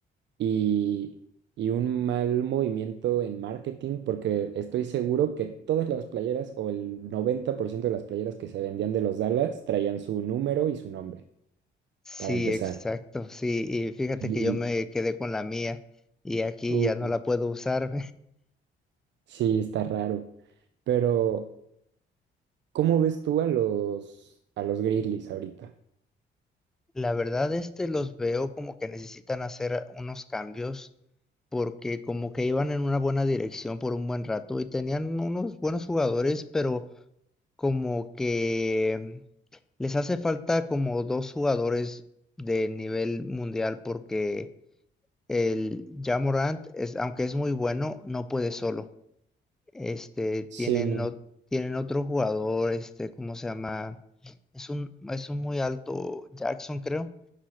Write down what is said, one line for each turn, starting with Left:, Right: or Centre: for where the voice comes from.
Right: y, y un mal movimiento en marketing, porque estoy seguro que todas las playeras o el 90% de las playeras que se vendían de los Dallas traían su número y su nombre,
Centre: Sí,
Right: para empezar.
Centre: exacto, sí, y fíjate
Right: Y,
Centre: que yo me quedé con la mía y aquí
Right: uy,
Centre: ya no la puedo usar.
Right: sí, está raro. Pero, ¿cómo ves tú a los, a los Grizzlies ahorita?
Centre: La verdad, este, los veo como que necesitan hacer unos cambios porque como que iban en una buena dirección por un buen rato y tenían unos buenos jugadores, pero como que les hace falta como dos jugadores de nivel mundial porque el Ja Morant es, aunque es muy bueno, no puede solo. Este,
Right: Sí,
Centre: tienen,
Right: no.
Centre: o- tienen otro jugador, este, ¿cómo se llama? Es un, es un muy alto Jackson, creo